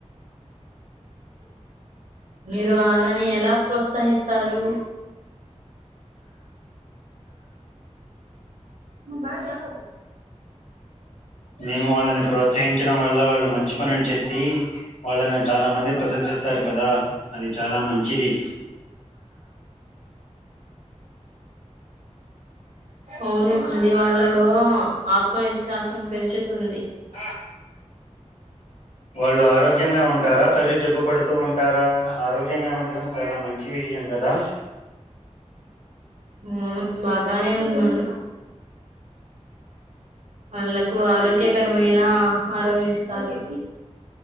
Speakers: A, on the right; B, on the left.
A: మీరు వాళ్ళని ఎలా ప్రోత్సహిస్తారు ఉ బా జాహౌ
B: మేము వాళ్ళని ప్రోత్సహించడం వల్ల వాళ్ళు మంచి పనులు చేసి వాళ్ళని చాలా మంది ప్రశంసి వస్తారు కదా అది చాలా మంచిది
A: అవును అది వాళ్ళలో ఆత్మవిశ్వాసం పెంచుతుంది
B: ఆ వాళ్ళు ఆరోగ్యంగా ఉంటారా తరచు జబ్బు పడుతూ ఉంటారా ఆరోగ్యంగా ఉండటడం చాలా మంచి విష విషయం కదా
A: ఉ బాగానే ఉన్నారు వాళ్ళలకు ఆరోగ్యకరమైనా ఆహారం ఇస్తారు